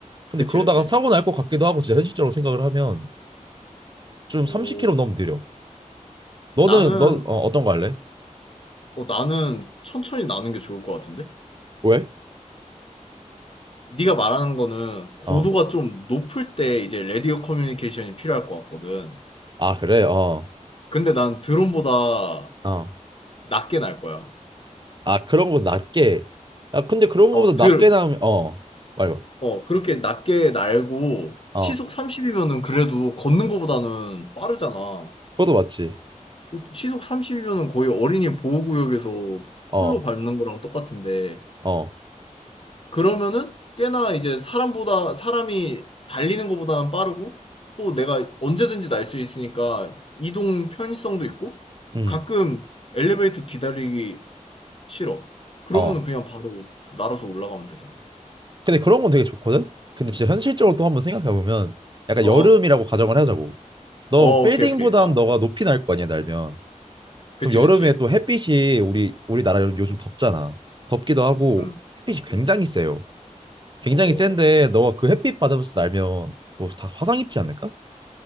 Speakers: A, on the right (about 35°); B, on the left (about 45°).
A: 근데
B: 그치,
A: 그러다가
B: 그치.
A: 사고 날 것 같기도 하고 진짜 현실적으로 생각을 하면 좀
B: 오,
A: 30km 너무 느려 너는
B: 나는,
A: 너 어, 어떤 거 할래?
B: 어, 나는 천천히 나는 게 좋을 것 같은데?
A: 왜?
B: 네가 말하는 거는 고도가
A: 어.
B: 좀 높을 때 이제 레디오 커뮤니케이션이 필요할 것 같거든.
A: 아, 그래. 어.
B: 근데 난 드론보다
A: 어.
B: 낮게 날 거야.
A: 아, 그런 거 낮게. 야, 근데 그런
B: 어,
A: 거보다
B: 드,
A: 낮게 나오면 어. 말해봐.
B: 어, 그렇게 낮게 날고
A: 어.
B: 시속 30이면은 그래도 걷는 거보다는 빠르잖아.
A: 그것도 맞지.
B: 그 시속 30이면은 거의 어린이 보호구역에서
A: 어.
B: 풀로 밟는 거랑 똑같은데
A: 어.
B: 그러면은 꽤나 이제 사람보다 사람이 달리는 것보다는 빠르고 또 내가 언제든지 날 수 있으니까 이동 편의성도 있고
A: 음.
B: 가끔 엘리베이터 기다리기 싫어. 그러면은
A: 어.
B: 그냥 바로 날아서 올라가면 되잖아.
A: 근데 그런 건 되게 좋거든. 근데 진짜 현실적으로 또 한번 생각해 보면 약간
B: 어,
A: 여름이라고 가정을 하자고. 너
B: 어,
A: 빌딩보단
B: 오케이, 오케이. 어,
A: 너가 높이 날 거 아니야, 날면.
B: 그치,
A: 그럼 여름에
B: 그치.
A: 또 햇빛이 우리 우리나라 요즘 덥잖아. 덥기도 하고
B: 음, 음,
A: 햇빛이 굉장히
B: 음.
A: 세요. 굉장히
B: 어,
A: 센데 너가 그 햇빛 받으면서 날면 뭐 다 화상 입지 않을까?